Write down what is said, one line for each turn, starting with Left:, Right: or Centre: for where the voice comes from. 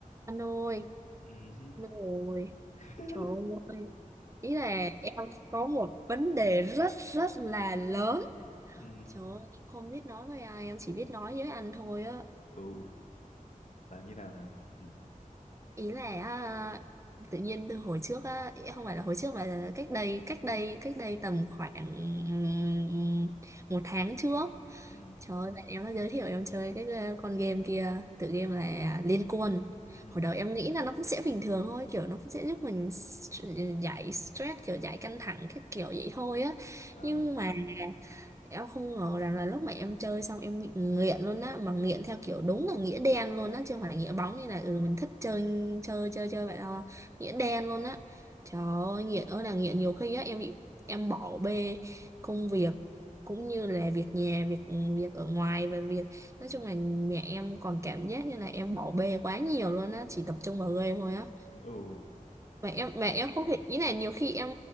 Right: Anh ơi,
Left: ừ
Right: anh ơi,
Left: <laughs>
Right: trời ơi, ý là em có một vấn đề rất rất là lớn.
Left: ừ
Right: Trời ơi, em không biết nói với ai, em chỉ biết nói với anh thôi á.
Left: ừ là như nào nào ừ
Right: ý là à, tự nhiên từ hồi trước á ý- không phải là hồi trước mà là cách đây cách đây cách đây tầm khoảng ừm, một tháng trước
Left: ừ
Right: trời ơi, bạn em nó giới thiệu em chơi cái ờ, con game kia tựa game là Liên Quân
Left: ừ
Right: hồi đầu em nghĩ là nó cũng sẽ bình thường thôi kiểu nó cũng sẽ giúp mình s- giải stress kiểu giải căng thẳng các kiểu vậy thôi á
Left: ờ
Right: nhưng mà Em không ngờ rằng là lúc mà em chơi xong em bị nghiện luôn á mà nghiện theo kiểu đúng là nghĩa đen luôn á chứ không phải nghĩa bóng như là ừ mình thích chơi chơi chơi chơi vậy đâu nghĩa đen luôn á trời ơi nghiện ơi là nghiện nhiều khi á em bị em bỏ bê công việc cũng như là việc nhà việc ừ, việc ở ngoài và việc nói chung là mẹ em còn cảm giác như là em bỏ bê quá nhiều luôn á chỉ tập trung vào game thôi á
Left: ừ
Right: mà em mà em không thể ý là nhiều khi em